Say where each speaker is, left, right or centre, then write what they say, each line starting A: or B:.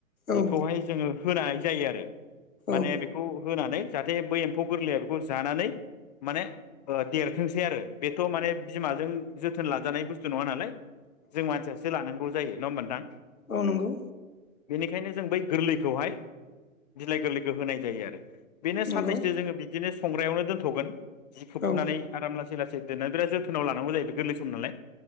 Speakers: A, on the left; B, on the left.
A: बेखौहाय
B: औ
A: जोङो होनाय जायो आरो माने
B: औ
A: बेखौ होनानै जाहाथे बै एम्फौ गोरलैया बेखौ जानानै माने ओ देरथोंसै आरो बेथ' माने बिमाजों जोथोन लाजानाय बुस्थु नङा नालाय जों मानसियासो लानांगौ जायो नङा होमबा नोंथां?
B: औ नंगौ।
A: बेनिखायनो जों बै गोरलैखौहाय बिलाइ गोरलैखौ होनाय जायो आरो। बेनो साननैसो
B: नंगौ
A: जोङो बि दिनो संग्रायावनो दोनथ'गोन। जि खोबनानै
B: औ
A: आराम लासे सै लासै दोननानै बिराद जोथोन लानांगौ जायो गोरलै सम नालाय।